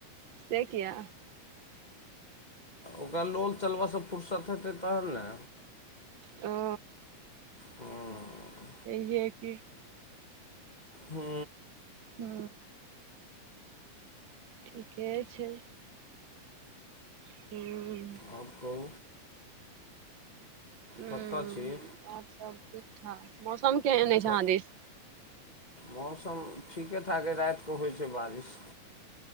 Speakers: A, on the right (about 65°); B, on the left (about 25°).
A: से किया
B: ओकरा लोल चलबयसँ फुरसत हेतै तहन ने
A: हू
B: हँ
A: इ इहए कि
B: हू
A: हू ठीके छै हू
B: आओर कहू
A: हूँ
B: कत्ता छियै
A: सब ठीक ठाक मौसम केहन अछि
B: क
A: अहाँ दिश
B: मौसम ठीके ठाक अइ रातिकेऽ होइत छै बारिश